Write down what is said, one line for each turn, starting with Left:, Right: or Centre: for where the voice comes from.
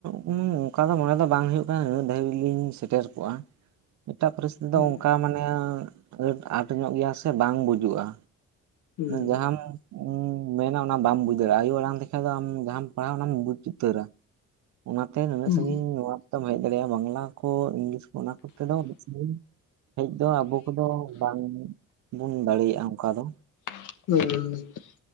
Right: ᱫᱚ ᱚᱱᱠᱟ ᱫᱚ ᱢᱚᱲᱮ ᱫᱚ ᱵᱟᱝ ᱦᱩᱭᱩᱜ ᱠᱟᱱᱟ ᱩᱱᱟᱹᱜ ᱫᱷᱟᱹᱵᱤᱡ ᱞᱤᱧ ᱥᱮᱴᱮᱨ ᱠᱚᱜᱼᱟ ᱮᱴᱟᱜ ᱯᱟᱨᱤᱥ ᱫᱚ
Left: ᱦᱩᱸ
Right: ᱱᱴᱢᱟᱱᱮ ᱟᱴ ᱟᱴ ᱧᱚᱜ ᱜᱮᱭᱟ ᱥᱮ ᱵᱟᱝ ᱵᱩᱡᱩᱜᱼᱟ
Left: ᱦᱩᱸ
Right: ᱡᱟᱦᱟᱸᱢ ᱩ ᱢᱮᱱᱟ ᱚᱱᱟ ᱵᱟᱢ ᱵᱩᱡᱽ ᱫᱟᱲᱮᱭᱟᱜᱼᱟ ᱟᱭᱩ ᱟᱲᱟᱝ ᱛᱮᱠᱷᱟᱡ ᱫᱚ ᱟᱢ ᱡᱟᱦᱟᱸᱟᱢ ᱯᱟᱲᱦᱟᱜᱼᱟ ᱚᱱᱟᱢ ᱵᱩᱡᱽ ᱩᱛᱟᱹᱨᱟ ᱚᱱᱟᱛᱮ ᱱᱩᱱᱟᱹᱜ
Left: ᱦᱩᱸ
Right: ᱥᱟᱺᱜᱤᱧ ᱱᱚᱣᱟ ᱠᱚᱛᱮᱚᱢ ᱦᱮᱡ ᱫᱟᱲᱮᱭᱟᱜᱼᱟ ᱵᱟᱝᱞᱟ ᱠᱚ ᱤᱝᱞᱤᱥ ᱠᱚ ᱚᱱᱟ ᱠᱚᱛᱮ ᱫᱚ ᱵᱤᱥᱤ ᱥᱟᱺᱜᱤᱧ ᱦᱮᱡ ᱫᱚ ᱟᱵᱚ ᱠᱚᱫᱚ ᱵᱟᱝ ᱵᱚᱱ ᱫᱟᱲᱮᱭᱟᱜᱼᱟ ᱚᱱᱠᱟ ᱫᱚ
Left: ᱦᱩᱸ <unintelligible>